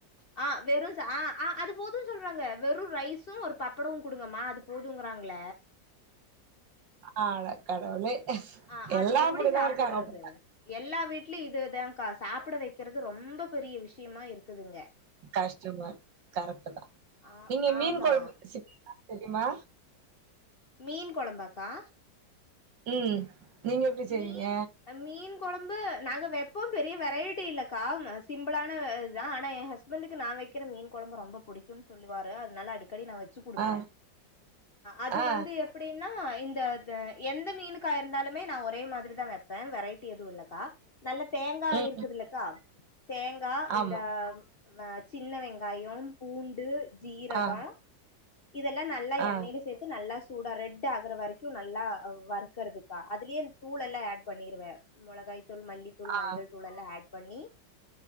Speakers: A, on the left; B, on the right.
A: ஆ வெறு சா ஆ ஆ அது போது சொல்றாங்க வெறு ரைஸ் ஸு ஒரு பப்படம் குடுங்கமா அது போதுங்கறாங்கள
B: ஆட கடவுளே
A: ஆ அது
B: எல்லா
A: எப்டி
B: அப்புடிதா
A: சாப்புட்றது
B: இருக்காங்க அப்போ
A: எல்லா வீட்லயு இதே தாங்கா சாப்புட வெக்கிறது ரொம்ப பெரிய விஷியமா இருக்குதுங்க
B: கஸ்டமா கரெக்ட்டு தா
A: ஆ
B: நீங்க மீன்
A: ஆமா
B: கொழம்பு செய்வீங்களா தெரியுமா
A: மீன் கொழம்பாக்கா
B: ம் நீங்க எப்டி செய்வீங்க
A: மீன் அ மீன் குழம்பு நாங்க வெப் போ பெரிய வெரைட்டி இல்லக்கா வ சிம்புளான இது தா ஆனா ஏ ஹஸ் பண்டுக்கு நா வக்கிற மீன் குழம்ப ரொம்ப புடிக்குனு சொல்லுவாரு அதுனால அடிக்கடி நா வ ச்சு குடுப்ப
B: ஆ
A: அது
B: ஆ
A: வந்து எ ப்டின்னா இந்தத எந்த மீனுக்காக இருந்தாலுமே நா ஒ ரே மாரி தா வெப்பே வெரைட்டி எது இல்லக்கா நல்ல தேங்கா
B: ம்
A: இருக்குது இல்லக்கா தேங்கா
B: ஆமா
A: இந்த ஆ வ சின்ன வெங்காயம் பூண்டு ஜீரகோ
B: ஆ
A: இதெல்லா நல்ல
B: ஆ
A: எண்ணெய்ல சேத் து நல்லா சூடா ரெட்டு் ஆகுற வரைக்கூ நல்லா அ வக்கறதுக்கா அதுலயே தூள் எல்லா ஆட் பண்ணிருவ முளகாய் தூள் மல்லித்தூள்
B: ஆ
A: மஞ்சள் தூள் எல்லா ஆட் பண்ணி